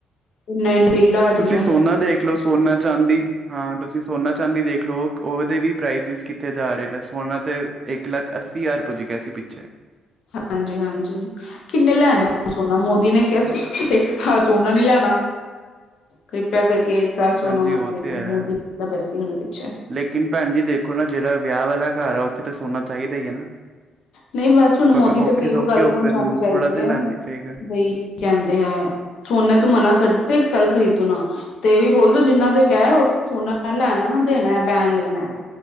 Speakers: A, on the left; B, on the right.
A: ਏਨਾ-ਏਨਾ ਬਿੱਲ ਜਾਂਦਾ
B: ਤੁਸੀਂ ਸੋਨਾ ਦੇ, ਦੇਖ ਲਓ ਸੋਨਾ ਚਾਂਦੀ ਹਾਂ ਤੁਸੀਂ ਸੋਨਾ ਚਾਂਦੀ ਦੇਖ ਲਓ, ਉਹਦੇ ਵੀ ਪ੍ਰਾਈਜ ਕਿ ਕਿੱਥੇ ਜਾ ਰਹੇ ਨੇ, ਸੋਨਾ ਤੇ ਇੱਕ ਲੱਖ ਅੱਸੀ ਹਜ਼ਾਰ ਪੁੱਜ ਗਿਆ ਸੀ ਪਿੱਛੇ।
A: ਹਾਂਜੀ-ਹਾਂਜੀ। ਕਿੰਨੇ ਲੈਣਾ ਸੋਨਾ, ਮੋਦੀ ਨੇ ਕਿਹਾ ਇੱਕ ਸਾਲ ਸੋਨਾ ਨੀ ਲੈਣਾ। ਕਿਰਪਾ ਕਰਕੇ ਏਕ ਸਾਲ ਸੋਨਾ
B: ਹਾਂਜੀ
A: ਮਤ
B: ਉਹ
A: ਲੈਨਾ,
B: ਤੇ ਹੈ
A: ਮੋਦੀ ਦਾ ਪਾਇਆ ਸੀ ਉਹਨੇ ਪਿੱਛੇ।
B: ਲੇਕਿਨ ਭੈਣ ਜੀ ਦੇਖੋ ਨਾ ਜਿਹੜਾ ਵਿਆਹ ਵਾਲਾ ਘਰ ਆ ਉੱਥੇ ਤਾਂ ਸੋਨਾ ਚਾਹੀਦਾ ਹੀ ਹੈ ਨਾ।
A: ਨਹੀਂ ਬਸ ਹੁਣ
B: ਆਪਾਂ
A: ਮੋਦੀ
B: ਮੈਂ
A: ਤਕ
B: ਔਖੇ
A: ਇਹੀਓ
B: ਸੌਖੇ
A: ਗੱਲ
B: ਹੋਕਰ
A: ਪਹੁੰਚਾਨੀ ਚਾਹੀਦੀ
B: ਥੋੜਾ ਤੇ
A: ਹੈ,
B: ਲਾਉਣਾ ਪਏਗਾ
A: ਬਈ ਕਹਿੰਦੇ ਐ, ਸੋਨੇ ਤੂੰ ਮਨਾ ਕਰ ਦਿੱਤਾ ਇੱਕ ਸਾਲ ਖਰੀਦੋ ਨਾ, ਤੇ ਇਹ ਵੀ ਬੋਲੋ ਜਿੰਹਨਾਂ ਦੇ ਵਿਆਹ ਆ ਓਹ ਸੋਨਾ ਨਾ ਲੈਣਾ ਨਾ ਦੇਣਾ ਬੈਨ ਲੱਗਣਾ।